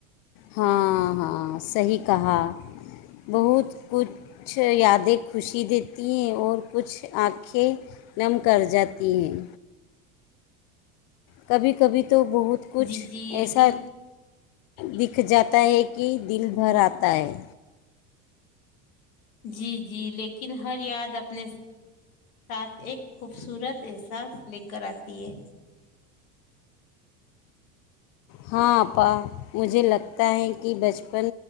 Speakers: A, on the left (about 55°); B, on the left (about 85°).
A: ہاں ہاں صحیح کہا بہت کچھ یادیں خوشی دیتی ہیں اور کچھ آنکھیں نم کر جاتی ہیں کبھی کبھی تو بہت کچھ
B: جی جی
A: ایسا
B: لیکن
A: دکھ جاتا ہے کہ دل بھر آتا ہے
B: جی جی لیکن ہر یاد اپنے ساتھ ایک خوبصورت احساس لے کر آتی پے
A: ہاں اپا مجھے لگتا ہے کہ بچپن